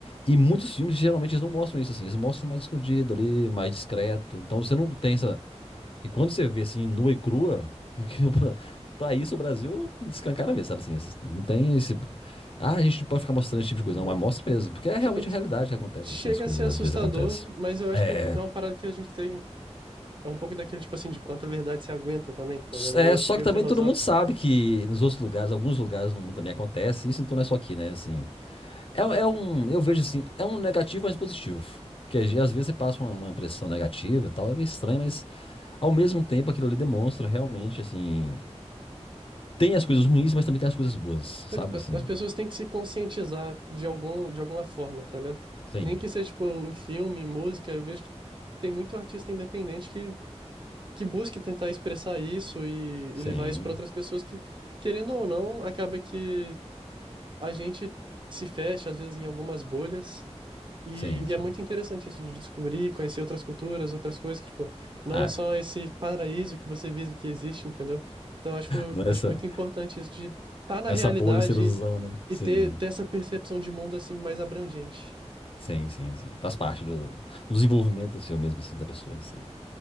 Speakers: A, on the left; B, on the right.
A: E muitos filmes, geralmente, eles não mostram isso, assim, eles mostram mais escondido ali, mais discreto, então você não tem essa... E quando você vê, assim, nua e crua, <laughs> pra isso o Brasil escancara mesmo, sabe, assim, essas- não tem esse... Ah, a gente não pode ficar mostrando esse tipo de coisa,
B: Uhum.
A: não, mas mostra mesmo, porque é realmente
B: Tipo,
A: a realidade que acontece,
B: chega
A: assim, as coisas
B: a ser assustador,
A: às vezes acontecem.
B: mas eu acho
A: É,
B: que é uma parada que a gente tem, é um pouco daquele tipo assim de quanta verdade você aguenta também, tá ligado?
A: É,
B: Meio,
A: só
B: meio
A: que também
B: filosófico
A: todo mundo sabe que nos outros lugares, alguns lugares no mundo também acontece isso, então não é só aqui, né? Assim, é, é um, eu vejo assim, é um negativo, mas positivo. Porque às às vezes você passa uma, uma impressão negativa e tal, é meio estranho,
B: Uhum.
A: mas ao mesmo tempo aquilo ali demonstra realmente, assim, tem as coisas ruins, mas também tem as coisas boas, sabe?
B: É, tipo, as
A: Assim,
B: as pessoas têm que se conscientizar de algum, de alguma forma, tá ligado?
A: sim,
B: Nem que seja tipo em filme, em música, eu vejo que tem muito artista independente que que busque tentar expressar isso e,
A: sim,
B: e levar isso para outras pessoas que, querendo ou não, acaba que a gente se fecha, às vezes, em algumas bolhas. E,
A: sim,
B: e
A: sim.
B: é muito interessante isso de descobrir, conhecer outras culturas, outras coisas, que, tipo, não
A: Ah,
B: é só esse paraíso que você visa que existe, entendeu? Então, acho,
A: não
B: acho
A: é essa,
B: muito importante isso de estar na
A: essa
B: realidade
A: bolha, essa ilusão, né? Sim,
B: e ter, ter essa percepção de mundo, assim, mais abrangente.
A: sim, sim, sim. Faz parte do, do desenvolvimento, assim, ou mesmo assim, da pessoa em si.